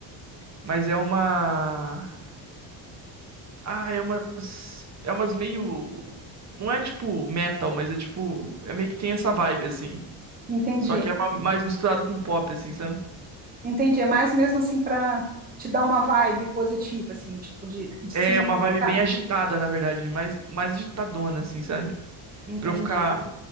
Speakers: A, on the right; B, on the right.
A: Mas é uma. Ah, é umas. É umas meio. Não é tipo metal, mas é tipo. É meio que tem essa vibe, assim.
B: Entendi,
A: Só que é uma- mais misturado com pop, assim, sabe?
B: entendi. É mais mesmo assim para te dar uma vibe positiva, assim, tipo de, de
A: É
B: se movimentar.
A: uma vibe bem agitada, na verdade, mais, mais agitadona, assim, sabe?
B: Entendi.
A: Pra eu ficar.